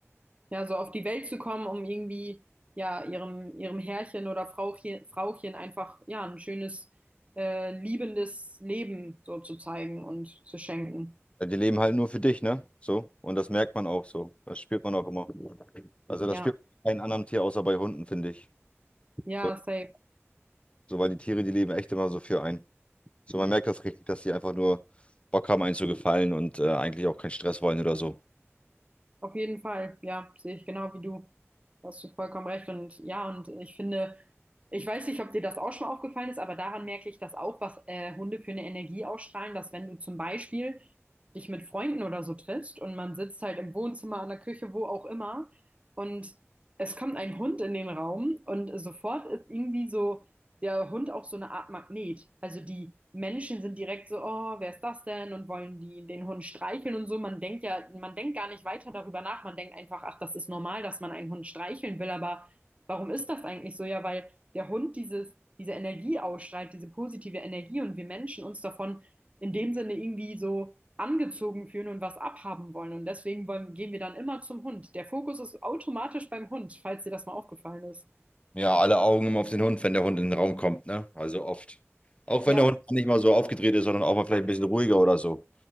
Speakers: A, on the right (about 25°); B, on the left (about 25°).
A: Ja, so auf die Welt zu kommen, um irgendwie, ja, ihrem, ihrem Herrchen oder Frauchen, Frauchen einfach, ja, ein schönes, äh, liebendes Leben so zu zeigen und zu schenken.
B: Ja, Die leben halt nur für dich, ne? So. Und das merkt man auch so. Das spürt man auch immer. Also, das
A: Ja,
B: spürt man bei keinem anderen Tier außer bei Hunden, finde ich.
A: ja,
B: So,
A: safe.
B: so, weil die Tiere, die leben echt immer so für einen. So, man merkt das richtig, dass die einfach nur Bock haben, einen zu gefallen und äh, eigentlich auch keinen Stress wollen oder so.
A: Auf jeden Fall, ja, sehe ich genau wie du. Da hast du vollkommen recht. Und ja, und ich finde, ich weiß nicht, ob dir das auch schon aufgefallen ist, aber daran merke ich das auch, was äh, Hunde für eine Energie ausstrahlen, dass wenn du zum Beispiel dich mit Freunden oder so triffst und man sitzt halt im Wohnzimmer, an der Küche, wo auch immer, und es kommt ein Hund in den Raum und sofort ist irgendwie so der Hund auch so eine Art Magnet. Also die Menschen sind direkt so, oh, wer ist das denn? Und wollen die den Hund streicheln und so. Man denkt ja, man denkt gar nicht weiter darüber nach. Man denkt einfach, ach, das ist normal, dass man einen Hund streicheln will. Aber warum ist das eigentlich so? Ja, weil der Hund dieses, diese Energie ausstrahlt, diese positive Energie und wir Menschen uns davon in dem Sinne irgendwie so angezogen fühlen und was abhaben wollen. Und deswegen wollen, gehen wir dann immer zum Hund. Der Fokus ist automatisch beim Hund, falls dir das mal aufgefallen ist.
B: Ja, alle Augen immer auf den Hund, wenn der Hund in den Raum kommt, ne? Also oft. Auch
A: Ja.
B: wenn der Hund nicht mal so aufgedreht ist, sondern auch mal vielleicht ein bisschen ruhiger oder so.